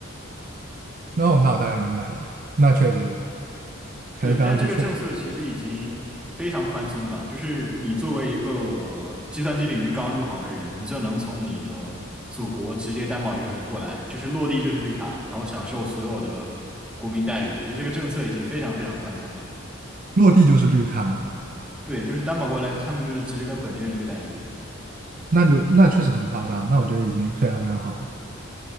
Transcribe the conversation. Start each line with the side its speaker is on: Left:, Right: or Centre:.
Right: 那那我大概明白了，那确实还是非常不错
Centre: 对，但是这个政策其实已经非常宽松了，就是你作为一个计算机领域刚入行的人，你就能从你的祖国直接担保一个人过来，就是落地就是绿卡，然后享受所有的国民待遇。我觉得这个政策已经非常非常宽松了。
Right: 落地就是绿卡嘛，
Centre: 对，就是担保过来，他们就是直接跟本地人一个待遇。
Right: 那就那确实很夸张，那我觉得已经非常非常好了。